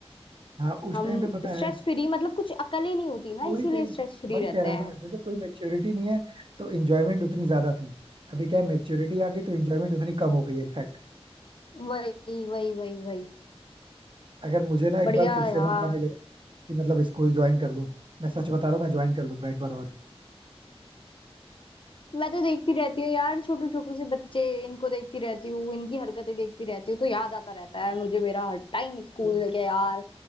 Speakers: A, on the right (about 50°); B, on the left (about 50°).
A: हाँ उस
B: हम
A: टाइम पे पता
B: स्ट्रेस
A: है
B: फ्री मतलब कुछ अकल ही नहीं होती ना
A: कोई
B: इसीलिए
A: टेंशन
B: स्ट्रेस फ्री
A: वही
B: रहते
A: कह रहा
B: हैं
A: हूँ ना जैसे कोई मेच्योरिटी नहीं है तो इंजॉयमेंट उतनी ज्यादा थी अभी क्या है मेच्योरिटी आ गई तो इंजॉयमेंट उतनी कम हो गई है इनफैक्ट
B: वही वही वही वही
A: अगर मुझे ना एक
B: बढ़िया
A: बार फिर से
B: यार
A: मौका मिले ना कि मतलब स्कूल ज्वाइन कर लूँ मैं सच बता रहा हूँ मैं ज्वाइन कर लूंगा एक बार और
B: मैं तो देखती रहती हूँ यार छोटू छोटू से बच्चे इनको देखती रहती हूँ इनकी हरकतें देखती रहती हूँ तो याद आता रहता है यार मुझे मेरा हर टाइम स्कूल
A: मतलब
B: लगे यार